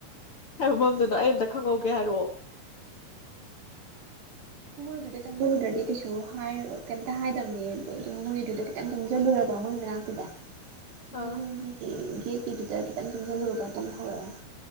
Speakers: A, on the left (about 55°); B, on the right (about 85°).
A: ꯀꯔꯥꯏ ꯃꯐꯝꯗꯅꯣ
B: ꯑꯗꯣ
A: ꯑꯩ ꯑꯝꯇ ꯈꯪꯉꯧꯒꯦ ꯀꯦ ꯍꯥꯏꯔꯣ
B: ꯑꯗꯨꯗ ꯆꯪꯁꯤꯜꯂꯨꯗ꯭ꯔꯗꯤ ꯀꯩꯁꯨ ꯍꯥꯏꯔꯣ ꯀꯩꯝꯇ ꯍꯥꯏꯗꯝꯅꯦꯕ ꯑꯗꯨꯝ ꯃꯣꯏꯗꯨꯗ ꯈꯤꯇꯪ ꯆꯪꯁꯤꯜꯂꯨꯔꯕ ꯃꯣꯏ ꯃꯅꯛ ꯑꯗꯨꯗ ꯃꯣꯏ
A: ꯑꯥ
B: ꯌꯨꯝꯒꯤ ꯒꯦꯠꯀꯤꯗꯨꯗ ꯈꯤꯇꯪ ꯆꯪꯖꯜꯂꯨꯔꯕ ꯑꯗꯨꯝ ꯍꯧꯔꯥꯑꯅꯤ